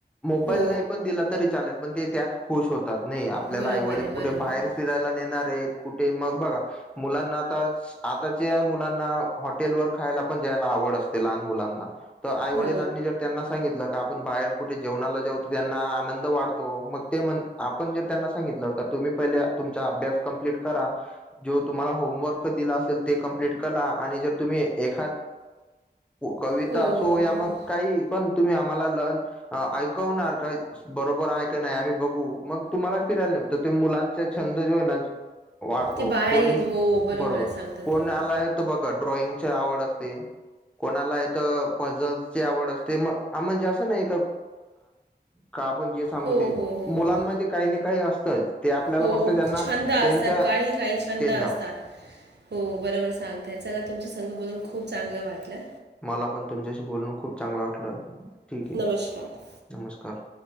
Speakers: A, in the centre; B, on the right.
A: मोबाईल
B: हो
A: नाही पण दिला तरी चालेल पण ते त्यात खुश होत तात नाही आपल्याला
B: बरोबर
A: आईवडील
B: आहे बरोबर
A: कुठे बाहेर
B: आहे
A: फिरायला नेणारयेत कुठे मग बघा. मुलांना आता आताच्या मुलांना हॉटेलवर खायला पण जायला आवड असते लहान मुलांना तर आईवडीलांनी
B: हो
A: जर त्यांना सांगितलं आपण बाहेर कुठे जेवणाला जाऊतो त्यांना आनंद वाढतो मग आपण जर त्यांना सांगितलं का तुम्ही पहिले तुमचा अभ्यास कम्प्लीट करा. जो तुम्हाला होमवर्क दिला असेल ते कमप्लीट करा आणि जर तुम्ही एखाद कविता
B: हो हो
A: असो या
B: हो
A: मग
B: हो.
A: काही पण तुम्ही आम्हाला लन ऐकवणार का बरोबर आहे का नाही आम्ही बघू मग तुम्हाला फिरायला नेवु. तर ते मुलांचा छंद जे आहे ना वाढतो
B: ते बाहेर
A: कोणी
B: येत हो
A: बरोबर
B: आहे सांगता
A: कोणा
B: तुम्ही
A: आलाय तर बघा ड्रॉइंगची आवड असते कोणाला इथ पजलची आवड असते म म्हणजे असं नायका का आपण जे सांगू
B: हो
A: ते
B: हो हो
A: मुलांमध्ये
B: हो
A: काही ना काही असतंच. ते आपल्याला
B: हो
A: फक्त त्यांना
B: छंद असतात
A: त्यांच्या
B: काही काही छंद
A: त्यांना
B: असतात. हो बरोबर सांगताय चला तुमचे संघ बोलून खूप चांगलं वाटलं.
A: मला पण तुमच्याशी बोलूण खूप चांगलं वाटलं ठीक आहे
B: नमस्कार.
A: नमस्कार.